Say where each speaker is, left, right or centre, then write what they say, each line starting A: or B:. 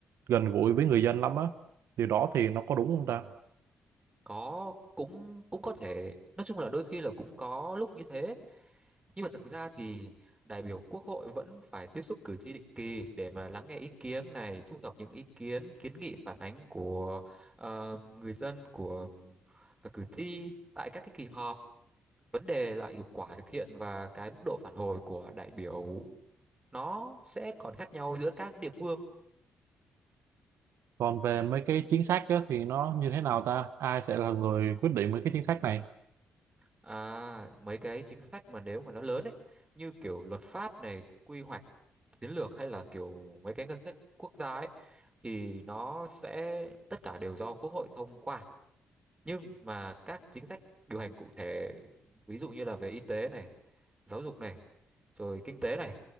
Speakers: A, on the right; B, on the right.
A: gần gũi với người dân lắm á điều đó thì nó có đúng không ta
B: Có cũng cũng có thể nói chung là đôi khi là cũng có lúc như thế nhưng mà thực ra thì đại biểu quốc hội vẫn phải tiếp xúc cử tri định kỳ để mà lắng nghe ý kiến này thu thập những ý kiến kiến nghị phản ánh của ờ, người dân của ờ, cử tri tại các cái kỳ họp vấn đề là hiệu quả thực hiện và cái mức độ phản hồi của đại biểu nó sẽ còn khác nhau giữa các địa phương
A: còn về mấy cái chính sách á thì nó như thế nào ta ai sẽ là người quyết định mấy cái chính sách này
B: à, mấy cái chính sách mà nếu mà nó lớn ấy như kiểu luật pháp này quy hoạch chiến lược hay là kiểu mấy cái ngân sách quốc gia ấy thì nó sẽ tất cả đều do quốc hội thông qua nhưng mà các chính sách điều hành cụ thể ví dụ như là về y tế này giáo dục này rồi kinh tế này